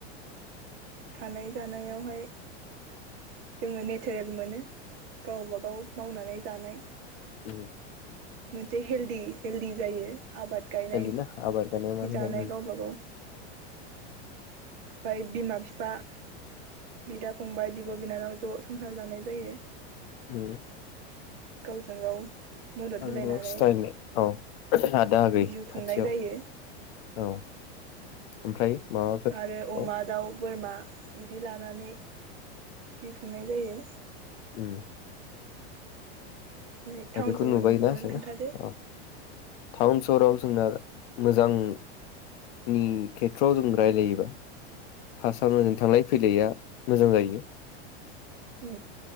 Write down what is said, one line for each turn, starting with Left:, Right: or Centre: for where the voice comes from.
Right: थानाय जानायावहाय जोङो नेचारेल मोनो। गावबा गाव मावनानै जानाय
Left: ओ
Right: मोनसे हेलदि हेल्दि जायो आबाद गायनाय
Left: सोलियोना आबाद मानाय
Right: जानाय गावबा गाव ओमफ्राय बिमा बिफा बिदा फंबाय बिब बिनानाव ज संसार जानाय जायो
Left: होम
Right: गावजों गाव मदद
Left: आगुराव
Right: होलायनानै
Left: स्टाइलनाय औ आदा आगै
Right: जिउ खुंनाय
Left: खाथियाव
Right: जायो
Left: औ ओमफ्राय माबाफोरखौ
Right: आरो अमा दाउ बोरमा बिदि लानानै जायो
Left: उ
Right: ओमफ्राय टाउन
Left: बेखौ
Right: सहरनिखौ
Left: नुबायना
Right: नों
Left: जोंना
Right: खोन्थादो
Left: औ टाउन सहराव जोंना मोजांनि खेथ्रआव जों रायलायोबा फार्स्टआवनो जों थांलाय फैलायआ मोजां जायो
Right: उ